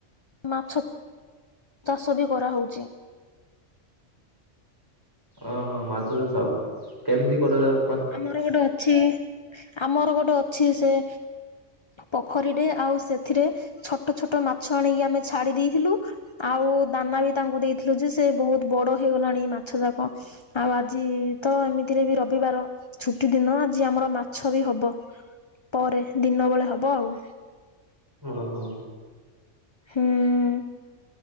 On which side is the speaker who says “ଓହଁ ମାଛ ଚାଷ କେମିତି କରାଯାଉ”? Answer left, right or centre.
Right